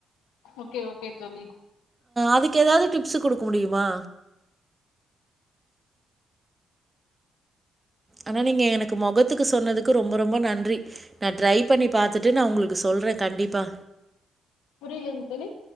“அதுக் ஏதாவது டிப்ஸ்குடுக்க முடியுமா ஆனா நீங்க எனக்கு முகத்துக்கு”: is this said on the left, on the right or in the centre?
Right